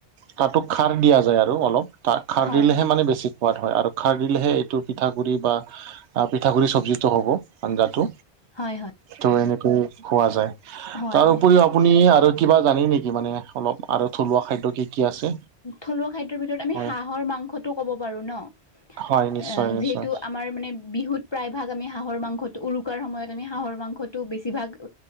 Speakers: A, on the right; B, on the left.
A: তাতো খাৰ দিয়া যায় আৰু অলপ ত খাৰ
B: হয়
A: দিলেহে মানে বেছি সোৱাদ হয় আৰু খাৰ দিলেহে এইটো পিঠাগুড়ি বা পিঠাগুড়ি চব্জিটো হ'ব। আঞ্জাটো
B: হয় হয়
A: ত এনেকৈ খোৱা যায়
B: হয়
A: তাৰ উপৰিও আপুনি আৰু কিবা জানে নেকি মানে অলপ আৰু থলুৱা খাদ্য কি কি আছে
B: থলুৱা খাদ্যৰ ভিতৰত আমি
A: হয়
B: হাঁহৰ মাংসটো ক'ব পাৰো ন। অ
A: হয় নিশ্চয় নিশ্চয়
B: যিহেতু আমাৰ মানে। বিহুত প্ৰায়ভাগ আমি হাঁহৰ মাংসটো উৰুকাৰ সময়ত আমি হাঁহৰ মাংসটো বেছিভাগ